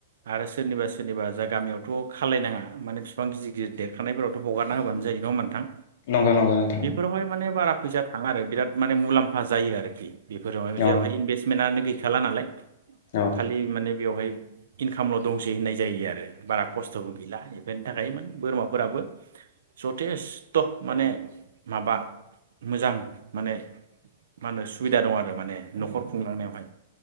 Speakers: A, on the right; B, on the left.
A: आरो सोरनिबा सोरनिबा जा गामियावथ' खालायनाङा माने फिफां गिदि दिर देरखानायफोरावथ' हगारना होबानो जायो नङा होनबा नोंथां?
B: नंगौ नंगौ नोंथां
A: बेफोरावहाय माने बारा फैसा थाङा आरो। बिराद माने मुलाम्फा जायो आरोखि। बेफोरावहायबो
B: औ
A: जेरावहाय इनभेस्टमेनआनो गै खाला नालाय।
B: औ
A: खालि माने बेवहाय इनखामल' दंसै होननाय जायो आरो। बारा खस्थ'बो गैला इभेन टाकायोमोन। बोरमाफोराबो जथेस्थ' माने माबा मोजां माने मा होनो सुबिदा दं आरो मा ने न'खर खुंलांनायावहाय